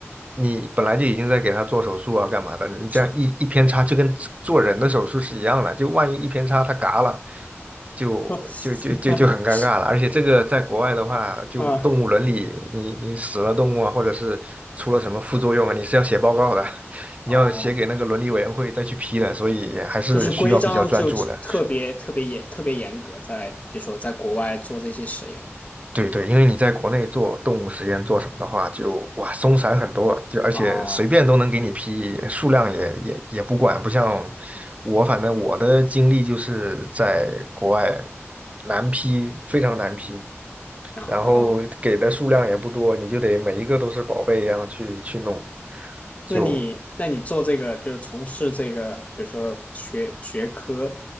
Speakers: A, on the right (about 30°); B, on the left (about 30°).
A: 你本来就已经在给它做手术啊，干嘛的？你这样一一偏差，
B: 是吧？
A: 就跟做人的手术是一样的，就万一一偏差它嘎了，就就就就就很尴尬了。
B: <laughs>
A: 而且这个在国外的话，就动物伦理，
B: 啊，
A: 你你死了动物啊，或者是出了什么副作用啊，你是要写报告的，<laughs> 你要写给那个伦理委员会再去批的，
B: 哦，
A: 所以还是需要比较专注的。
B: 就是规章就特别特别严特别严格在，比如说在国外做这些实验
A: 对对，因为你在国内做动物实验做什么的话，就哇松散很多，就而且随便都能给你批，
B: 啊，
A: 数量也也也不管，不像我，反正我的经历就是在国外难批，非常难批，
B: 然后
A: 然后给的数量也不多，你就得每一个都是宝贝一样去去弄，就
B: 那你那你做这个就是从事这个，比如说学学科，